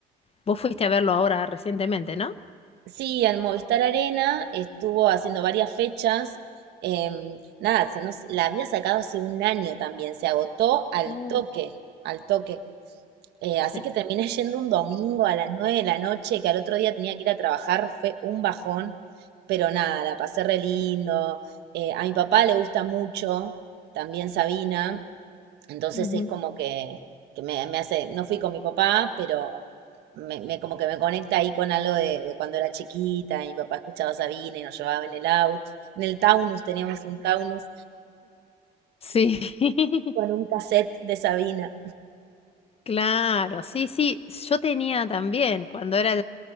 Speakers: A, on the left; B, on the right.
A: Vos fuiste a verlo ahora recientemente, ¿no?
B: Sí, en Movistar Arena estuvo haciendo varias fechas. em, nada, se nos- la había sacado hace un año también, se agotó al
A: Oh,
B: toque, al toque. Eh,
A: Sí.
B: así que terminé <laughs> yendo un domingo a las 9 de la noche, que al otro día tenía que ir a trabajar, fue un bajón, pero nada, la pasé re lindo. Eh, a mi papá le gusta mucho, también Sabina, entonces
A: ujú.
B: es como que, que me, me hace, no fui con mi papá, pero me, me- como que me conecta ahí con algo de, de cuando era chiquita, y mi papá escuchaba Sabina y nos llevaba en el auto. En el Taunus teníamos un Taunus
A: Sí. <laughs>
B: con un cassette de Sabina.
A: Claro, sí, sí, yo tenía también, cuando era,